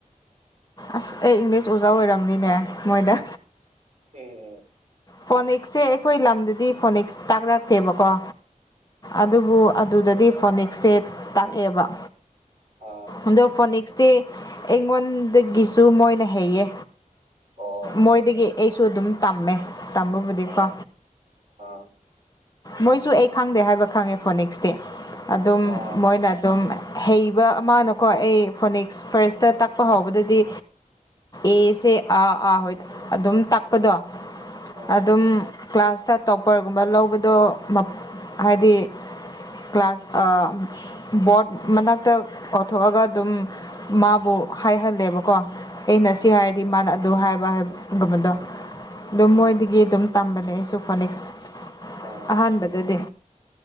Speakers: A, on the left; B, on the right.
A: ꯑꯁ ꯑꯩ ꯏꯪꯂꯤꯁ ꯑꯣꯖꯥ ꯑꯣꯏꯔꯝꯅꯤꯅꯦ ꯃꯣꯏꯗ
B: ꯎꯝ
A: ꯐꯣꯅꯤꯛꯁꯁꯦ ꯑꯩꯈꯣꯏ ꯂꯝꯗꯗꯤ ꯐꯣꯅꯤꯛꯁ ꯇꯥꯛꯔꯛꯇꯦꯕꯀꯣ ꯑꯗꯨꯕꯨ ꯑꯗꯨꯗꯗꯤ ꯐꯣꯅꯤꯛꯁꯁꯦ ꯇꯥꯛꯑꯦꯕ
B: ꯑꯣ
A: ꯑꯗꯣ ꯐꯣꯅꯤꯛꯁꯇꯤ ꯑꯩꯉꯣꯟꯗꯒꯤꯁꯨ ꯃꯣꯏꯅ ꯍꯩꯌꯦ
B: ꯑꯣ
A: ꯃꯣꯏꯗꯒꯤ ꯑꯩꯁꯨ ꯑꯗꯨꯝ ꯇꯝꯃꯦ ꯇꯝꯕꯕꯨꯗꯤꯀꯣ
B: ꯑꯥ ꯑꯥ
A: ꯃꯣꯏꯁꯨ ꯑꯩ ꯈꯪꯗꯦ ꯍꯥꯏꯕ ꯈꯪꯉꯦ ꯐꯣꯅꯤꯛꯁꯇꯤ ꯑꯗꯨꯝ
B: ꯑꯥ
A: ꯃꯣꯏꯅ ꯑꯗꯨꯝ ꯍꯩꯕ ꯑꯃꯅꯀꯣ ꯑꯩ ꯐꯣꯅꯤꯛꯁ ꯐꯥꯔꯁꯇ ꯇꯥꯛꯄ ꯍꯥꯎꯕꯗꯗꯤ ꯑꯦꯁꯦ ꯑꯥ ꯑꯥ ꯍꯣꯏ ꯑꯗꯨꯝ ꯇꯥꯛꯄꯗꯣ
B: ꯎꯝ
A: ꯑꯗꯨꯝ ꯀ꯭ꯂꯥꯁꯇ ꯇꯣꯄ꯭ꯔꯒꯨꯝꯕ ꯂꯧꯕ ꯑꯗꯣ ꯍꯥꯏꯗꯤ ꯀ꯭ꯂꯥꯁ ꯑ ꯕꯣꯠ ꯃꯅꯥꯛꯇ ꯀꯧꯊꯣꯛꯑꯒ ꯑꯗꯨꯝ ꯃꯥꯕꯨ ꯍꯥꯏꯍꯜꯂꯦꯕꯀꯣ ꯑꯩꯅ
B: ꯎꯝ
A: ꯁꯤ ꯍꯥꯏꯔꯗꯤ ꯃꯥꯅ ꯑꯗꯨ ꯍꯥꯏꯕ ꯍꯥꯏꯒꯨꯝꯕꯗꯣ ꯑꯗꯨꯝ
B: ꯎꯝ
A: ꯃꯣꯏꯗꯒꯤ ꯑꯗꯨꯝ ꯇꯝꯕꯅꯦ ꯑꯩꯁꯨ ꯐꯣꯅꯤꯛꯁ
B: ꯑꯥ
A: ꯑꯍꯥꯟꯕꯗꯗꯤ